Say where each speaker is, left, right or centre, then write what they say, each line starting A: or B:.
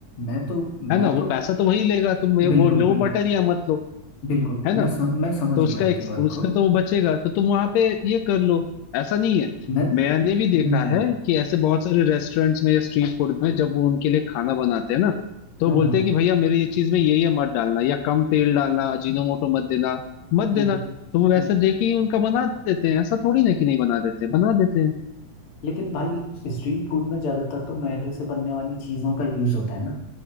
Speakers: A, on the left (about 55°); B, on the left (about 85°).
A: मैं तो मैं
B: है ना
A: तो
B: वो पैसा तो वही लेगा तुम ये-
A: बिल्कुल
B: वो लो
A: बिल्कुल
B: बटर या मत लो
A: बिल्कुल
B: है ना
A: मैं सम, मैं समझ
B: तो उसका
A: गया आपकी
B: एक,
A: बात
B: उसका
A: को
B: तो वो बचेगा तो तुम वहां पे ये कर लो ऐसा नहीं है
A: मैं
B: मैंने भी
A: हम्म
B: देखा है कि ऐसे बहुत सारे रेस्टोरेंट्स में या स्ट्रीट फूड में जब वो उनके लिए खाना बनाते हैं ना तो
A: हम्म
B: बोलते
A: हम्म हम्म,
B: हैं कि भैया मेरे ये चीज में ये ये मत डालना या कम तेल डालना अजीनोमोटो मत देना मत
A: हम्म।
B: देना तो वो वैसे
A: हम्म।
B: दे के ही उनका बना देते हैं ऐसा थोड़ी ना कि नहीं बना देते हैं, बना देते हैं
A: लेकिन भाई स्ट्रीट फूड में ज़्यादातर तो मैदे से बनने वाली चीज़ों का यूज़ होता है ना